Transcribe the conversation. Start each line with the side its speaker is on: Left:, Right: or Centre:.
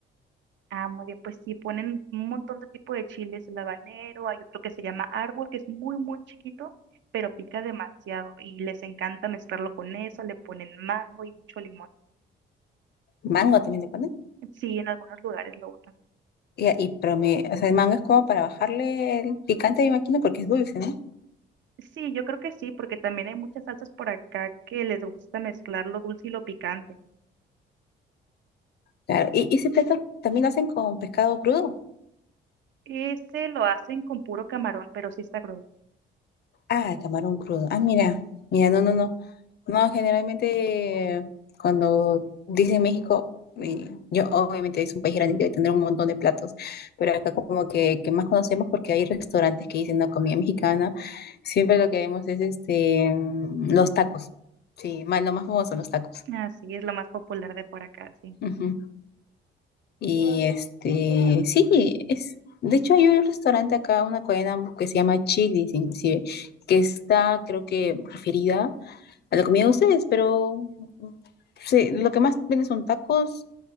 Right: Ah, muy bien, pues sí, ponen un montón de tipo de chiles, el habanero, hay otro que se llama árbol, que es muy, muy chiquito, pero pica demasiado y les encanta mezclarlo con eso, le ponen mango y mucho limón.
Left: Mango también le ponen.
Right: Sí, en algunos lugares lo usan.
Left: Y, y- pero me, o sea, el mango es como para bajarle el picante, me imagino, porque es dulce, ¿no?
Right: Sí, yo creo que sí, porque también hay muchas salsas por acá que les gusta mezclar lo dulce y lo picante.
Left: Claro. Y, y ese plato también lo hacen con pescado crudo.
Right: Ese lo hacen con puro camarón, pero sí está crudo.
Left: Ah, camarón crudo. Ah, mira, mira, no, no, no. No, generalmente eh, cuando dicen México, eh, yo obviamente es un país grande y debe tener un montón de platos, pero acá como que, que más conocemos porque hay restaurantes que dicen no comida mexicana, siempre lo que vemos es este mm, los tacos. Sí, más, lo más famoso son los tacos.
Right: Así es lo más popular de por acá, sí.
Left: Ujú. Y este, sí, es de hecho hay un restaurante acá, una cadena que se llama Chili's inclusive, que está creo que referida a la comida de ustedes, pero sí, lo que más venden son tacos